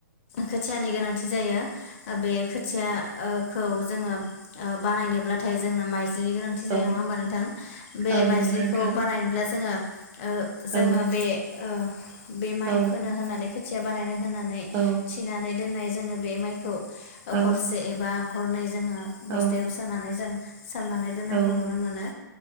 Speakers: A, on the left; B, on the right.
A: खोथियानि गोनांथि जायो। बे खोथिया ओ खौ जोङो बानायनोब्लाथाय जोंनो माइ माइज्लिनि गोनांथि
B: औ
A: जायो नङा होमबा नोंथां? बे
B: औ
A: माइज्लिखौ
B: नंगौ नोंथां
A: बानायनोब्ला जोङो ओ
B: औ
A: जोङो बे ओ बे माइ
B: औ
A: फोनो होननानै खोथ खोथिया बानायनो होना नानै
B: औ
A: थिनानै दोननाय जोङो बे माइ खौ
B: औ
A: हरसे एबा हरनायज जोङो
B: औ
A: बस्थायाव सोनानै जों सोमनानै दोननायखौ
B: औ
A: नुनो मोनो